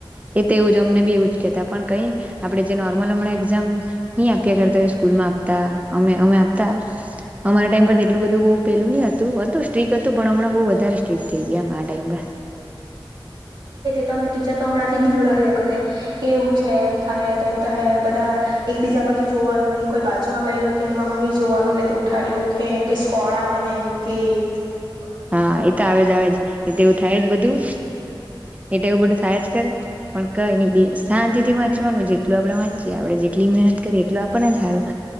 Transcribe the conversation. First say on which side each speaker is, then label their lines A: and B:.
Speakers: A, on the right (about 15°); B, on the right (about 60°).
A: એ, અમને બી એવું કેતા, પણ કઈ આપણેે જે નોર્મલ હમણાં એક્ઝામ નહી આપ્યા કરતા, એવી સ્કૂલમાં આપ અમે, અમે આપતા અમારા ટાઈમ પર એટલું બધું બવ પેલું નઈ હતું, હતું સ્ટ્રીક હતું પણ હમણાં બહુ વધારે સ્ટ્રીટ થઈ ગયા. એમ આ ટાઈમ પર
B: તમને ટીચર તો હમણાંથી બીવડાયા કરે, એવું છે, એમ થાહે તેમ થાહે, બધા એક બીજા બધુ જોવાનું, ની કોઈ બાજુમાં બેહેલો તો એ <inaudible> માં હું નહી જોવાનું ને તો ઉઠાડી મૂખે, એમ કે સ્કોડઆવે એમ કેય. હ <inaudible>
A: હા એ તો આવેજ આવેજ, એ તોવું થાય જ બધું એટે એવું બધું થાયા જ કરે, પણ કઈ ની બેસ શાંતિ થી વાંચવાનું, જેટલું આપડે વાંચીએ આપડે જેટલી મહેનત કરી, એટલું આપણને સારું